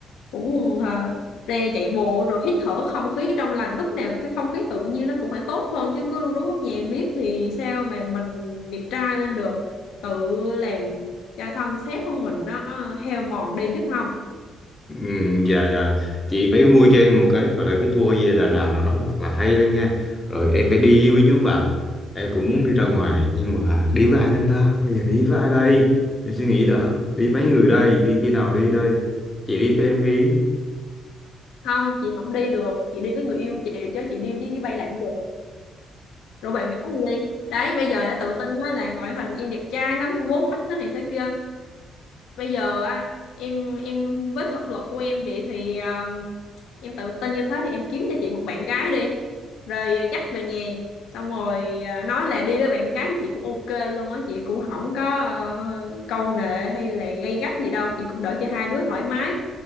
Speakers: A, on the left; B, on the left.
A: cũng ờ, ra chạy bộ rồi hít thở không khí trong lành lúc nào cái không khí tự nhiên nó cũng phải tốt hơn chứ cứ ru rú ở nhà miết thì sao mà mình đẹp trai lên được tự làm cho thân xác của mình nó heo mòn đi biết không
B: ừ, dạ dạ chị phải mua cho em một cái gọi là cái tour về Đà Lạt nào đó nó thật là hay lên nha rồi em phải đi với nhóm bạn em cũng muốn đi ra ngoài này nhưng mà đi với ai đây ta bây giờ đi với ai đây em suy nghĩ đã đi mấy người đây đi khi nào đi đây chị đi với em đi
A: không chị không đi được chị đi với người yêu chị chứ chị đi với với bay làm gì rồi bạn gái đi đi. đấy bây giờ đã tự tin đó là ngoại hình em đẹp trai lắm em bốn mắt thế này thế kia bây giờ á em em với thực lực của em vậy thì ờ, em tự tin như thế thì em kiếm cho chị một bạn gái đi rồi ờ, dắt về nhà xong rồi ờ, nói là đi với bạn gái chị cũng ok luôn á chị cũng không có ờ, câu nệ hay là gay gắt gì đâu chị cũng đỡ cho hai đứa thoải mái